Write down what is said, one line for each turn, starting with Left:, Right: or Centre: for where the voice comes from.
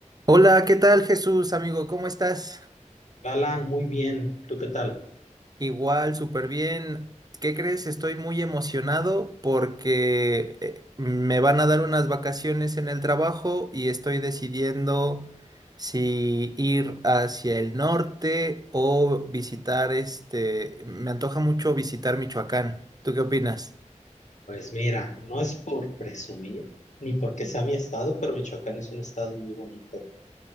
Right: Hola, ¿qué tal Jesús, amigo? ¿Cómo estás?
Left: Alan, muy bien. ¿Tú qué tal?
Right: Igual, súper bien. ¿Qué crees? Estoy muy emocionado porque eh, me van a dar unas vacaciones en el trabajo y estoy decidiendo si ir hacia el norte o visitar este... Me antoja mucho visitar Michoacán. ¿Tú qué opinas?
Left: Pues mira, no es por presumir ni porque sea mi estado, pero Michoacán es un estado muy bonito.